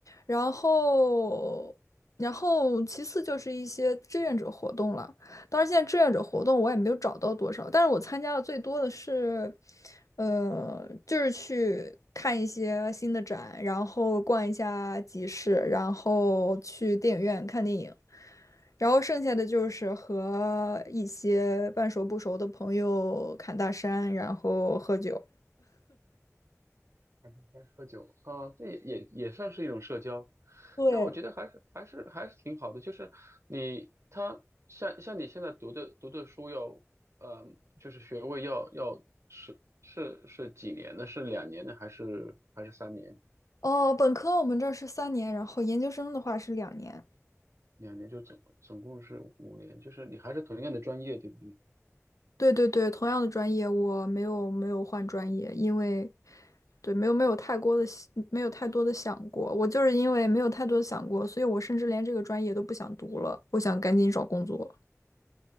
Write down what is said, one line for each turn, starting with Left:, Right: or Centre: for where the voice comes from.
Left: 然后，然后其次就是一些志愿者活动了。当然，现在志愿者活动我也没有找到多少，但是我参加的最多的是，呃，就是去看一些新的展，然后逛一下集市，然后去电影院看电影，然后剩下的就是和一些半熟不熟的朋友侃大山，然后喝酒。
Right: 天天喝酒啊，这也也也算是一种社交。
Left: 对，
Right: 那我觉得还是还是还是挺好的，就是你他像像你现在读的读的书要，嗯、就是学位要要是是是几年呢？是两年呢，还是还是三年？
Left: 哦，本科我们这儿是三年，然后研究生的话是两年。
Right: 两年就总总共是五年，就是你还是同样的专业，对不对？
Left: 对对对，同样的专业，我没有没有换专业，因为对没有没有太过的没有太多的想过，我就是因为没有太多的想过，所以我甚至连这个专业都不想读了，我想赶紧找工作。